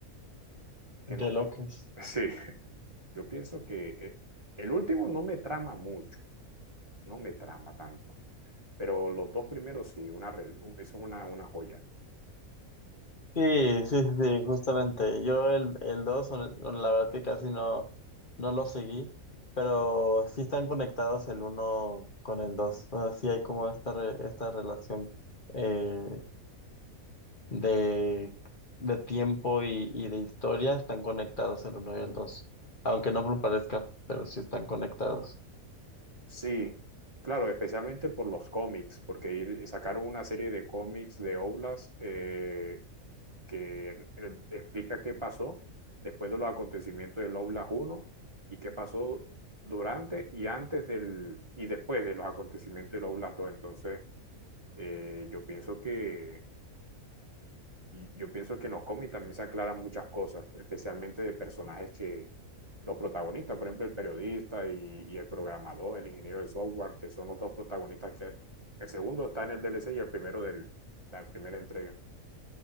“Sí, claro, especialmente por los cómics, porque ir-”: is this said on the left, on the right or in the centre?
Right